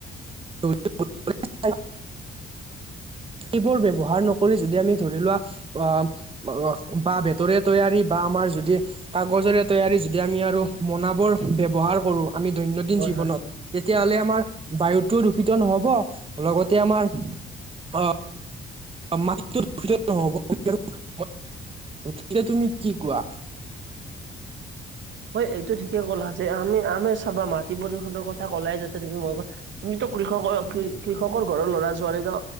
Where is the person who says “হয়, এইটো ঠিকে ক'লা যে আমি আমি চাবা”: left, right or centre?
Right